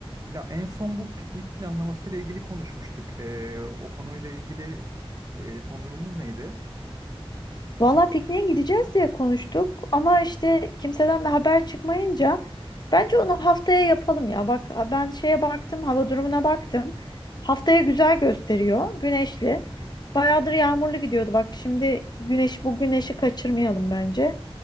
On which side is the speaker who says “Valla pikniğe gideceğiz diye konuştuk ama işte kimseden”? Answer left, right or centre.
Left